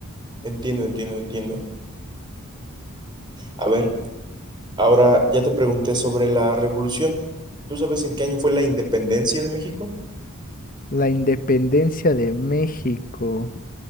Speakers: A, on the right (about 20°); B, on the left (about 40°).
A: Entiendo, entiendo, entiendo. A ver. Ahora, ya te pregunté sobre la revolución. ¿Tú sabes en qué año fue la independencia de México?
B: La independencia de México.